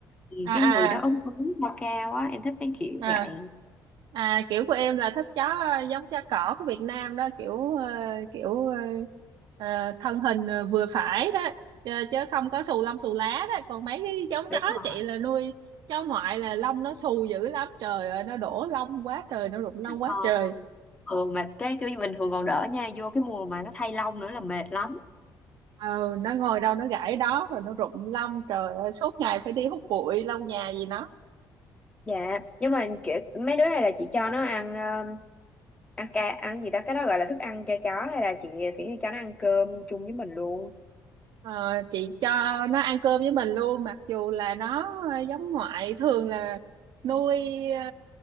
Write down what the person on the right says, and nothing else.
à
à
à
à kiểu của em là tháp chó ờ, giống chó cỏ của Việt Nam đó kiểu ờ, kiểu ờ, ờ, thân hình ờ, vừa phải đó chứ, chứ không có xù lông xù lá đó còn mấy cái giống
chó
chị là nuôi chó ngoại là lông nó xù dữ lắm trời ơi nó đổ lông quá trời nó rụng lông quá
trời
ờ nó ngồi đâu nó gãi đó rồi nó rụng lông trời ơi suốt ngày phải đi hút bụi lau nhà gì nó
Ờ, chị cho nó ăn cơm với mình luôn mặc dù là nó ờ, giống ngoại thường là nuôi ờ,